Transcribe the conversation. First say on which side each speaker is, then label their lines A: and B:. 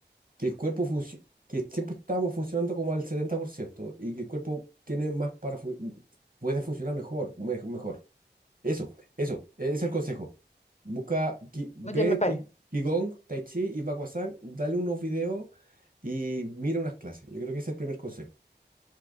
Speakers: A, on the right; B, on the left.
A: que el cuerpo funci- que siempre estamos funcionando como al 70% y que el cuerpo tiene más para fu- puede funcionar mejor, me- mejor. Eso, eso, ese es el consejo. Busca, ki- ve
B: Oye, me parece.
A: ki- Qigong, Tai Chi y Baguazhang, dale unos videos y mira unas clases. Yo creo que ese es el primer consejo.